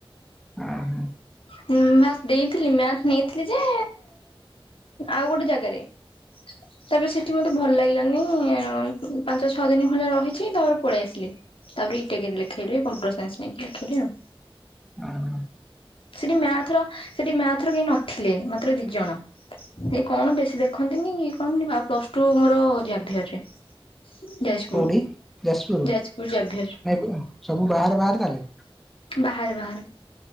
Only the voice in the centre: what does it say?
ଓହୋ।
ହଁ
କୋଉଠି ଯାଜପୁର
<unintelligible> ସବୁ ବାହାରେ ବାହାରେ ତାହାଲେ।